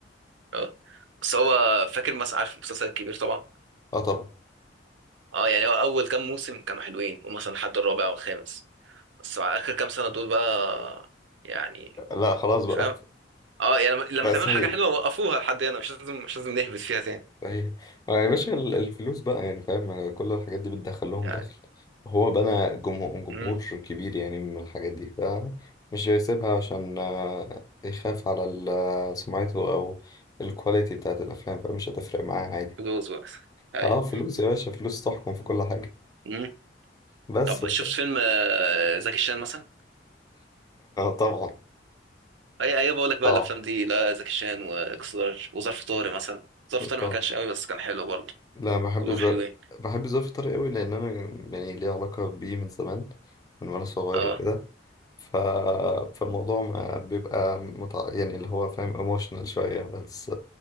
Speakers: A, on the right; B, on the left.
A: اه بس هو فاكر مثلا عارف المسلسل الكبير طبعا
B: اه طبعا
A: اه يعني هو اول كام موسم كانوا حلوين ومثلا لحد الرابع او الخامس بس مع اخر كام سنه دول بقى يعني
B: لا خلاص بقى
A: فاهم اه يعني لما لما
B: بقى
A: تعملوا
B: سيد
A: حاجه حلوه وقفوها لحد هنا مش لازم مش لازم نهبط فيها تاني
B: صحيح ما يا باشا ال- الفلوس بقى يعني فاهم كل الحاجات دي بتدخل لهم
A: يعني
B: دخل وهو بنى جمهور جمهور
A: امم
B: كبير يعني من الحاجات دي فمش هيسيبها عشان آه، يخاف على ال- سمعته او الكواليتي بتاعت الافلام فمش هتفرق معاه عادي
A: فلوس بس ايوه
B: اه فلوس يا باشا فلوس تحكم في كل حاجة
A: امم
B: بس
A: طب
B: <laughs>
A: شفت
B: ف-
A: فيلم آه، زكي شان مثلا
B: طبعا
A: اي اي بقول لك بقى
B: طبعا
A: الافلام دي لا زكي شان واكس لارج وظرف طارق مثلا ظرف طارق
B: طبعا
A: ما كانش قوي بس كان حلو برضه
B: لا بحب
A: كلهم
B: الزرق
A: حلوين
B: بحب الزرق في الطريق قوي لان انا يعني ليه علاقه بيه من زمان من وانا صغير
A: اه
B: وكده ف... فالموضوع ما بيبقى متع... يعني اللي هو فاهم ايموشنال شويه بس